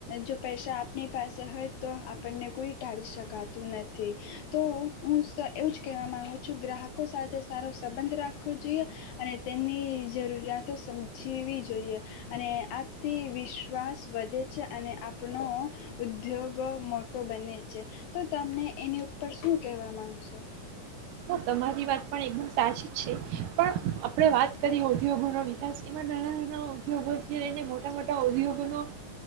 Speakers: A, on the left; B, on the right.
A: જો પૈસા આપણી પાસે હોય તો આપણને કોઈ ટાળી શકાતું નથી તો હું એવું જ કહેવા માગું છું ગ્રાહકો સાથે સારો સંબંધ રાખ રાખવો જોઈએ અને તેની જરૂરિયાતો સમજ જીવવી જોઈએ અને આથી વિશ્વાસ વધે છે અને આપનો ઉદ્યોગ મોટો બને છે તો તમને એની ઉપર શું કહેવા માગશો.
B: હા તમારી વાત પણ એકદમ સાચી જ છે પણ આપણે વાત કરીએ ઉદ્યોગોનો વિકાસ એમાં નાના નાના ઉદ્યોગોથી લઈને મોટા મોટા ઉદ્યોગોનો